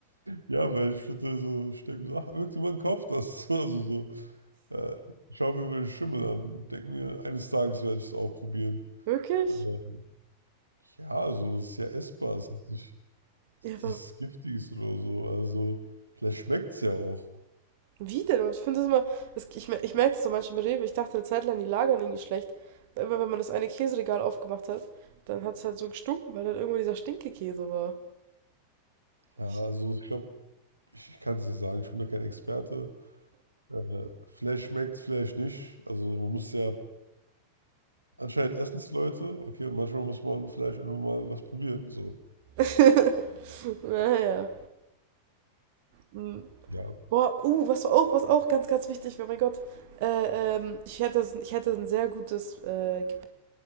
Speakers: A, on the right (about 80°); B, on the right (about 50°).
A: Ja, weil ich würde so, ich denke mir so, ach, irgendjemand kauft das. <laughs> Also so, äh, ich schaue mir über den Schimmel an und denke mir, eines Tages werde ich es auch probieren.
B: Wirklich?
A: Ähm, Ja, also es ist ja essbar, es ist nicht, es
B: Ja,
A: ist
B: aber
A: nichts Giftiges oder so. Also vielleicht schmeckt es ja auch.
B: wie denn? Ich finde das immer, das, ich, mer- ich merke das so manchmal bei Rewe. Ich dachte eine Zeit lang, die lagern irgendwie schlecht. Weil immer, wenn man das eine Käseregal aufgemacht hat, dann hat es halt so gestunken, weil dann irgendwo dieser Stinkekäse war.
A: Ja,
B: Ich,
A: also ich glaube, ich kann es nicht sagen, ich bin da kein Experte. Äh, vielleicht schmeckt es, vielleicht nicht. Also man muss ja, anscheinend essen es Leute, okay, und manchmal muss man vielleicht einfach mal was probieren. So,
B: <laughs> naja. Hm.
A: ja,
B: Boah, uh, was auch, was auch ganz, ganz wichtig war, mein Gott. Äh, ähm, ich hätte, ich hätte ein sehr gutes äh,